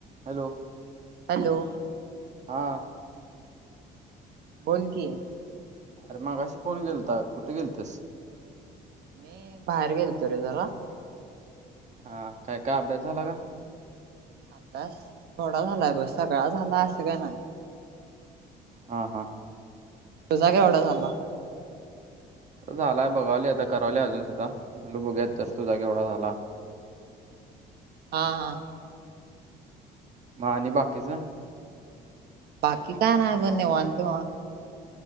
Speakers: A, on the right; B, on the right.
A: Hello.
B: Hello.
A: हा
B: बोल कि.
A: अरे मगाशी फोन के, कुठ गेलतीस?
B: मी बाहेर गेलतो रे जरा.
A: हा. काय काय, अभ्यास झाला का?
B: अभ्यास थोडा झालाय बग, सगळा झाला असं काय नाय.
A: हा हा.
B: तुझा केवडा झाला?
A: झालाय बघालोय आता करालोय अजून सुद्धा, म्हणलं बघुया तस तुझा केवढा झाला.
B: हा हा.
A: म आणि बाकीच?
B: बाकी काय नाय ब निवांत भावा.